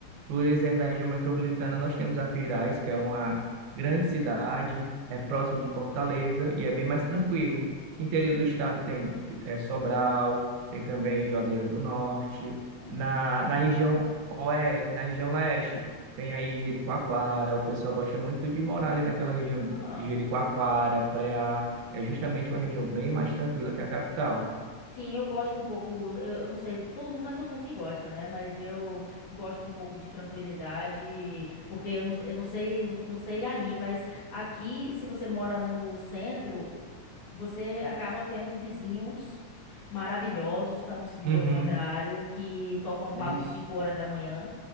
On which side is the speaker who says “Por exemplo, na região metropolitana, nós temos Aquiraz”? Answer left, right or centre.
Right